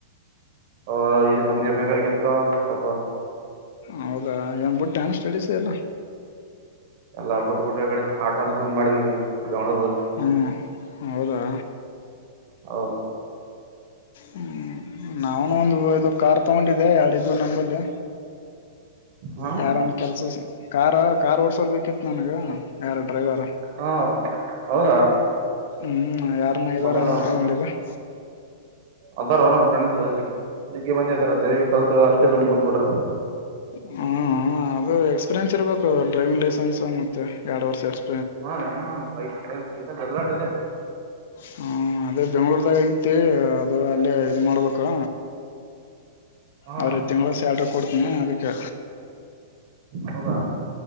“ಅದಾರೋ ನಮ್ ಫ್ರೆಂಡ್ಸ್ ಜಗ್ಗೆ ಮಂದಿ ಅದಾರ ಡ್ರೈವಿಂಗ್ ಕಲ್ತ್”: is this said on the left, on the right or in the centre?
Right